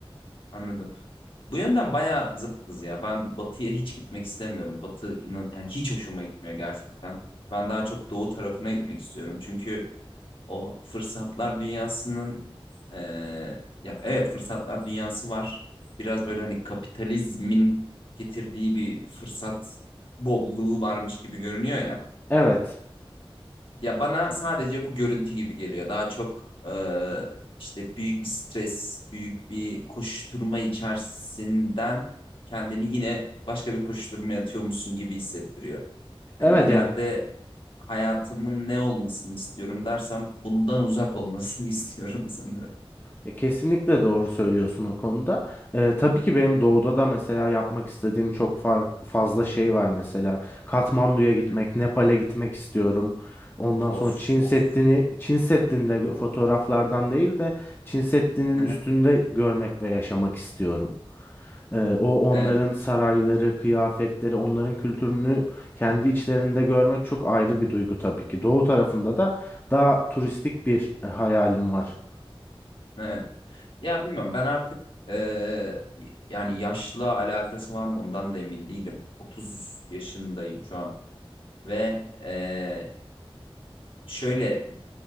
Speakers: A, on the left (about 60°); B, on the left (about 20°).
A: Anladım. Bu yönden bayağı zıttız ya. Ben batıya hiç gitmek istemiyorum. Batı inan yani hiç hoşuma gitmiyor gerçekten. Ben daha çok doğu tarafına gitmek istiyorum. Çünkü o fırsatlar dünyasının e, ya evet fırsatlar dünyası var. Biraz böyle hani kapitalizmin getirdiği bir fırsat bolluğu varmış gibi görünüyor ya.
B: Evet.
A: Ya bana sadece bu görüntü gibi geliyor. Daha çok e, işte büyük bir stres, büyük bir koşturma içerisinden kendini yine başka bir koşturmaya atıyormuşsun gibi hissettiriyor. Hani
B: Evet
A: ileride
B: yani
A: hayatımın ne olmasını istiyorum dersem bundan uzak olmasını <laughs> istiyorum sanırım.
B: Ya kesinlikle doğru söylüyorsun o konuda. Ee, tabii ki benim doğuda da mesela yapmak istediğim çok fark, fazla şey var mesela. Katmandu'ya gitmek,
A: Hı hı.
B: Nepal'e gitmek istiyorum. Ondan
A: Of
B: sonra Çin
A: of.
B: Seddi'ni, Çin Seddi'nde gö- fotoğraflardan değil de Çin Seddi'nin
A: Hı
B: üstünde
A: hı.
B: görmek ve yaşamak istiyorum. Ee, o onların
A: Evet,
B: sarayları, kıyafetleri, onların kültürünü kendi içlerinde görmek çok ayrı bir duygu tabii ki. Doğu tarafında da daha turistik bir e, hayalim var.
A: evet. Ya bilmiyorum ben artık eee, yani yaşla alakası var mı ondan da emin değilim. 30 yaşındayım şu an. Ve eee, şöyle